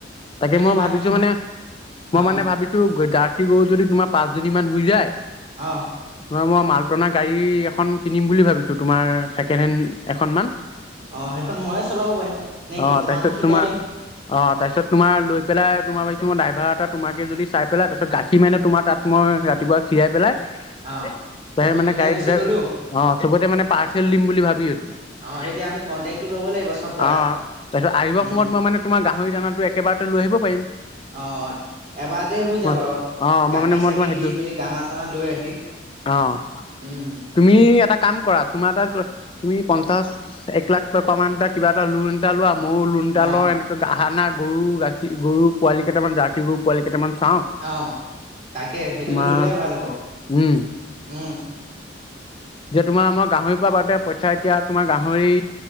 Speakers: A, on the left; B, on the right.
A: তাকে
B: আজি
A: মই
B: ভাত
A: ভাবিছোঁ
B: কি
A: মানে মই
B: অ'
A: মানে ভাবিছোঁ জাৰ্চী গৰু যদি তোমাৰ পাঁচজনীমান হৈ যায়।
B: অহ।
A: তোমাৰ মই মালটনা গাড়ী এখন কিনিম বুলি ভাবিছো তোমাৰ ছেকেণ্ড হেড এখনমান।
B: অ', সেইখন ময়ে চলাব পাৰিম নে
A: অ
B: কি? তোমাকো
A: তাৰপিছত
B: শিকাই
A: তোমাৰ
B: দিম।
A: অ', তাৰপিছত তোমাৰ লৈ পেলায় তোমাৰ ভাবিছোঁ মই ড্ৰাইভাৰ এটা তোমাকে যদি চাই পেলাই তাৰপিছত গাখীৰ মানে তোমাৰ তাত মই ৰাতিপুৱা খীৰাই পেলাই তাৰপিছত
B: অ' আমি
A: মানে
B: দুটাই
A: গাড়ীত
B: গুচি
A: উঠাই
B: গ'লো
A: অ', চবতে মানে পাৰ্চেল দিম বুলি ভাবি আছো। অ',
B: অ' সেইতিয়া আমি কন্টেক্টটো ল'ব লাগিব চব জেগাত
A: তাৰপিছত আহিবো
B: উম
A: সময়ত মই মানে তোমাৰ গাহৰি দানাতো লৈ আহিব পাৰিম।
B: অ', এবাৰতে হৈ যাব
A: মই
B: আৰু।
A: অ মই
B: গাখীৰ-চাখিৰ
A: মানে মই তোমাৰ সেইটো
B: দি মেলি, দানা-চানা লৈ আহি
A: অ
B: উম।
A: তুমি এটা কাম কৰা, তোমাৰ তাত তুমি পঞ্চাশ এক লাখ টকা মান ত কিবা এটা লোন এটা লোৱা মইও লোন এটা
B: অ'
A: লওঁ এনেকে <unintelligible> গৰু গাখীৰ গৰু পোৱালি কেইটামান জাৰ্চী গৰু পোৱালি কেইটামান চাওঁ।
B: অ', তাকে সেইটো
A: তোমাৰ
B: ল'লে ভাল হ'ব
A: উম
B: উম।
A: যে তোমাৰ আমাৰ গাহৰিৰ পৰা বাতে পইচা এতিয়া তোমাৰ গাহৰি